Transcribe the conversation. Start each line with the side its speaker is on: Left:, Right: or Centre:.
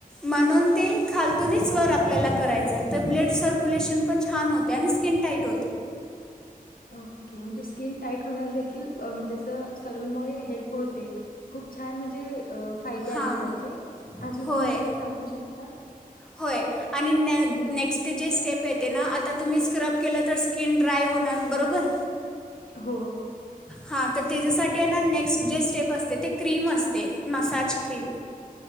Centre: म्हणून ते खालतूनीच वर आपल्याला करायचं तर ब्लड सर्क्युलेशन पण छान होते आणि स्किन टाईट होते.
Left: ओके म्हणजे स्किन टाईट होण्यास देखील अ म्हणजे असं सलूनमुळे हेल्प होते खूप छान म्हणजे अ फायदे आहे
Centre: हां
Left: त्याचे अजून
Centre: होय
Left: तुम्ही काय सांगू शकता?
Centre: होय आणि न नेक्स्ट जे स्टेप येते ना आता तुम्ही स्क्रब केलं तर स्किन ड्राय होणार बरोबर.
Left: हो.
Centre: हा तर त्याच्यासाठी ना नेक्स्ट जे स्टेप असते ते क्रीम असते मसाज क्रीम.